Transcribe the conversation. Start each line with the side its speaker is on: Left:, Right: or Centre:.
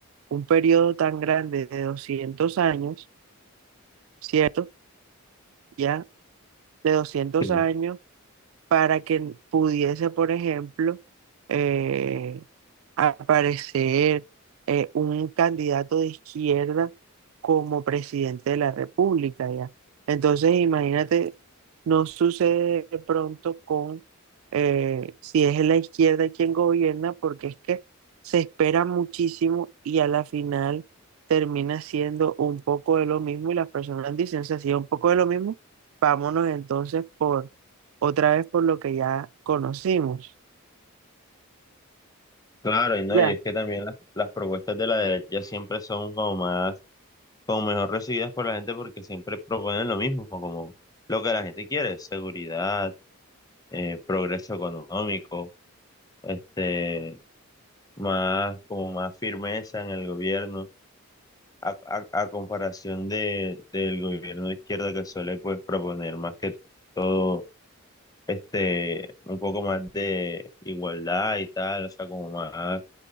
Right: un periodo tan grande de 200 años, ¿cierto? Ya, de doscientos
Left: Sí.
Right: años para que pudiese, por ejemplo, eh, aparecer eh, un candidato de izquierda como presidente de la República, ¿ya? Entonces, imagínate, no sucede de pronto con eh, si es la izquierda quien gobierna, porque es que se espera muchísimo y a la final termina siendo un poco de lo mismo y las personas dicen, se hacía un poco de lo mismo, vámonos entonces por otra vez por lo que ya conocimos,
Left: Claro, y no,
Right: ya,
Left: y es que también las, las propuestas de la derecha siempre son como más, como mejor recibidas por la gente porque siempre proponen lo mismo, como lo que la gente quiere, seguridad eh, progreso económico, este, más, como más firmeza en el gobierno, a, a- a comparación de, del gobierno de izquierda que suele pues proponer más que todo, este, un poco más de igualdad y tal, o sea, como más,